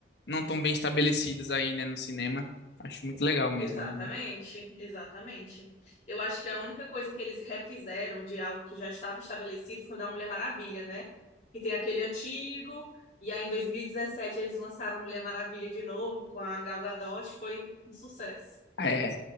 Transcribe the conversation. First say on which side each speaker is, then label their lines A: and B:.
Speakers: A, on the left; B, on the left.
A: não estão bem estabelecidos aí, né, no cinema. Acho muito legal mesmo,
B: Exatamente,
A: Aguinha.
B: exatamente. Eu acho que a única coisa que eles refizeram de algo que já estava estabelecido foi o da Mulher Maravilha, né? Que tem aquele antigo, e aí em 2017 eles lançaram Mulher Maravilha de novo com a Gal Gadot, foi um sucesso.
A: É,